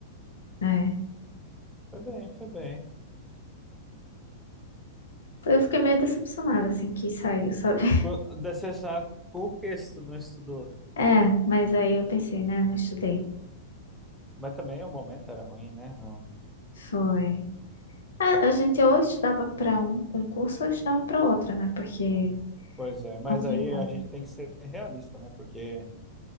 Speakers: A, on the left; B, in the centre.
A: É.
B: Foi bem, foi bem.
A: Eu fiquei meio decepcionada assim que saiu, sabe? <laughs>
B: Co- Desse saco, o que tu não estudou?
A: É, mas aí eu pensei, né? Eu não estudei.
B: Mas também o momento era ruim, né? Não.
A: Foi. A, a gente ou estudava para um concurso ou estudava para outro, né? Porque
B: Pois é, mas
A: não tinha
B: aí
A: como.
B: a gente tem que ser realista, né? Porque